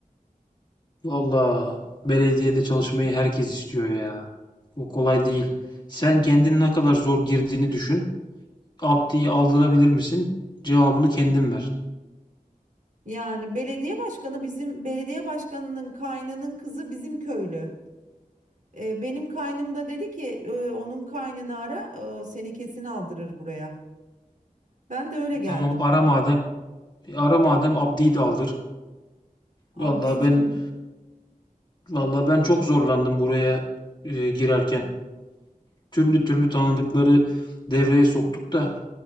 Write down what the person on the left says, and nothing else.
Valla belediyede çalışmayı herkes istiyor ya. O kolay değil. Sen kendin ne kadar zor girdiğini düşün. Abdi'yi aldırabilir misin? Cevabını kendin ver.
Tamam ara madem. E, Ara madem Abdi'yi de aldır.
Valla
ben valla ben çok zorlandım buraya e, girerken. Türlü türlü tanıdıkları devreye soktuk da